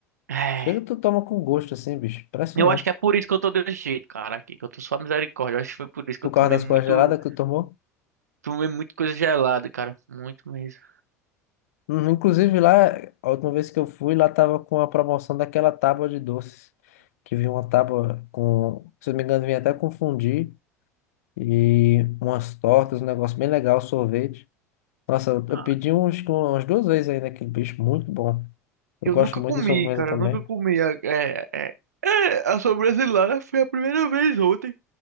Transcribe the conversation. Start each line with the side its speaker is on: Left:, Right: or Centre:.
Right: É,
Left: Chega, tu toma com gosto, assim, bicho. Impressionante.
Right: eu acho que é por isso que eu tô desse jeito, cara, aqui, que eu tô só misericórdia. Eu acho que foi por isso
Left: Por
Right: que eu
Left: causa
Right: tomei
Left: das
Right: muito,
Left: coisas geladas que tu tomou.
Right: tomei muito coisa gelada, cara. Muito mesmo.
Left: Uhum, Inclusive, lá, a última vez que eu fui, lá tava com a promoção daquela tábua de doces. Que vinha uma tábua com, se eu não me engano, vinha até confundir. E umas tortas, um negócio bem legal, sorvete. Nossa, eu
Right: Ah,
Left: eu pedi uns, umas duas vezes aí naquele bicho. Muito bom. Eu
Right: eu
Left: gosto
Right: nunca
Left: muito
Right: comi,
Left: de sobremesa
Right: cara.
Left: também.
Right: Eu nunca comi. É, é, é, é, a sobremesa lá foi a primeira vez ontem.